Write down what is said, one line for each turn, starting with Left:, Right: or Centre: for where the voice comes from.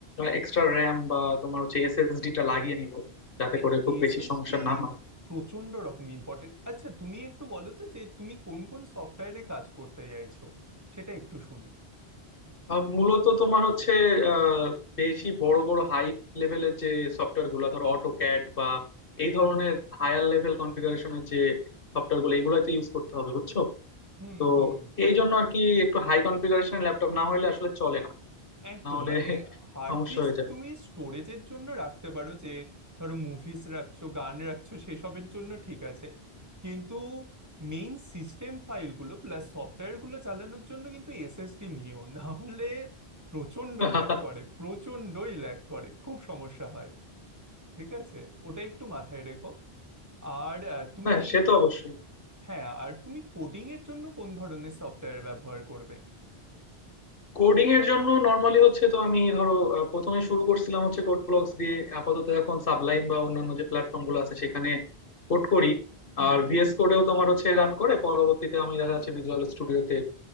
Left: এক্সট্রা র্যাম বা তোমার হচ্ছে এসএসডিটা লাগিয়ে নিব যাতে
Right: হ্যাঁ
Left: করে খুব
Right: এসএসডি
Left: বেশি সমস্যা না হয়
Right: প্রচন্ড রকম ইম্পর্টেন্ট আচ্ছা তুমি একটু বলো তো যে তুমি কোন কোন সফটওয়্যারে কাজ করতে চাইছো সেটা একটু শুনি
Left: আহ, মূলত তোমার হচ্ছে আহ, বেশি বড় বড় হাই লেভেলের যে সফটওয়্যার গুলো ধরো অটোক্যাড বা এই ধরনের
Right: হুম
Left: হায়ার লেভেল কনফিগারেশনের যে সফটওয়্যার গুলো এগুলোতে ইউজ করতে হবে বুঝছো
Right: হুম
Left: তো
Right: হুম
Left: এই জন্য আর কি একটু হাই কনফিগারেশনের ল্যাপটপ না হলে আসলে চলে না
Right: একদম
Left: না হলে
Right: মানে
Left: <laughs>
Right: হার্ড
Left: সমস্যা
Right: ডিস্ক
Left: হয়ে যাবে
Right: তুমি স্টোরেজের জন্য রাখতে পারো যে ধরো মুভিজ রাখছো গান রাখছো সেসবের জন্য ঠিক আছে কিন্তু মেইন সিস্টেম ফাইলগুলো প্লাস সফটওয়্যারগুলো চালানোর জন্য কিন্তু এসএসডি নিও না হলে প্রচন্ড
Left: <laughs>
Right: ল্যাগ করে প্রচন্ডই ল্যাগ করে খুব সমস্যা হয় ঠিক আছে ওটা একটু মাথায় রেখো আর আহ, তুমি
Left: হ্যাঁ সে তো অবশ্যই
Right: হ্যাঁ আর তুমি কোডিং এর জন্য কোন ধরনের সফটওয়্যার ব্যবহার করবে
Left: কোডিং এর জন্য নর্মালি হচ্ছে তো আমি ধরো আহ, প্রথমে শুরু করছিলাম হচ্ছে কোড ব্লকস দিয়ে আপাতত এখন সাবলাইম বা অন্যান্য যে প্ল্যাটফর্ম গুলো আছে সেখানে কোড করি
Right: হুম
Left: আর
Right: হুম
Left: ভিএস কোডেও তোমার হচ্ছে রান করে পরবর্তীতে আমি দেখা যাচ্ছে ভিজুয়াল স্টুডিওতে